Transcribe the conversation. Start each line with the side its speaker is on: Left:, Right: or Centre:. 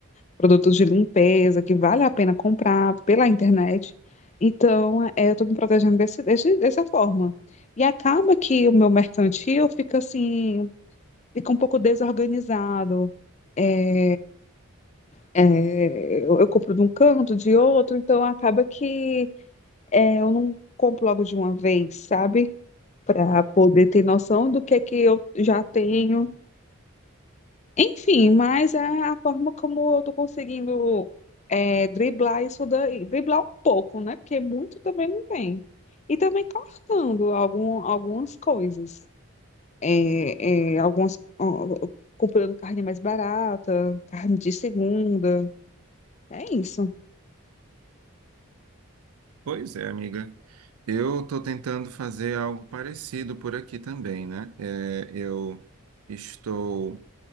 Left: produtos de limpeza que vale a pena comprar pela internet. Então, é, eu estou me protegendo desse, desse- dessa forma. E acaba que o meu mercantil fica assim, fica um pouco desorganizado. É, é, eu, eu compro de um canto, de outro, então acaba que É, eu não compro logo de uma vez, sabe? Para poder ter noção do que é que eu já tenho. Enfim, mas é a forma como eu tô conseguindo é, driblar isso daí. Driblar um pouco, né? Porque muito também não tem. E também cortando algum, algumas coisas. É, é, algumas, ó, comprando carne mais barata, carne de segunda. É isso.
Right: Pois é, amiga. Eu estou tentando fazer algo parecido por aqui também, né? É, eu estou